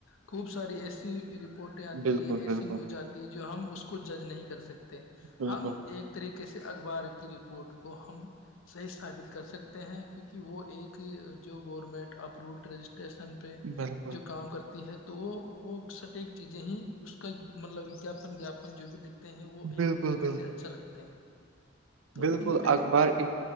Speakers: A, on the left; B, on the right.
A: خوب ساری ایسی رپ پورٹیں آتی
B: بالکل
A: ہے ایسی
B: بالکل
A: نیوز آتی ہے جو ہم اس کو جج نہیں کر سکتے
B: بالکل
A: ہم ایک طریقے سے اخبار کی رپورٹ کو ہم صحیح ثابت کر سکتے ہیں کیونکہ وہ ایک جو گورنمنٹ ابروڈ رجسٹریشن پہ
B: بالکل
A: جو کام کرتی ہے تو وہ وہ سٹ ایک چیزیں ہی اس کا مطلب واپن جپن جو بھی لکھ ہیں وہ ایک
B: بالکل
A: طریقے
B: بالکل
A: سے اچھا لگتے ہیں تو
B: بالکل
A: ان پہ
B: اخبار